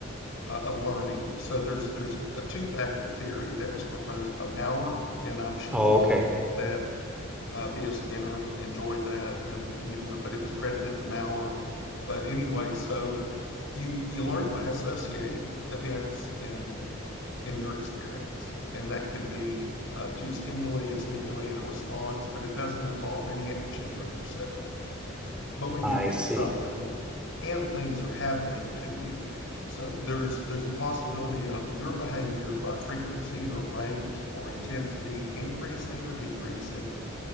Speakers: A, on the left (about 65°); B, in the centre.
A: uh, of learning. So there's there's a two-factor theory that was proposed by Maurer, and I'm sure
B: Oh, okay.
A: that uh, B.F. Skinner enjoyed that, and you know, but it was credited to Maurer. But anyway, so you you learn by associating events in in your experience, and that can be uh, two stimuli, a stimuli and a response, but it doesn't involve any action from yourself. But when
B: I
A: you do
B: see.
A: something and things are happening to you, so there's there's the possibility of your behavior by frequency or rate or intensity increasing or decreasing